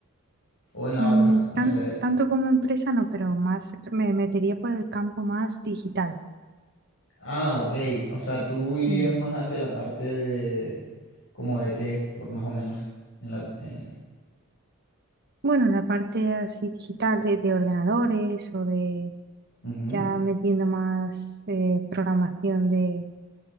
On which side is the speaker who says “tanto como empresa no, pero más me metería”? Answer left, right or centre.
Right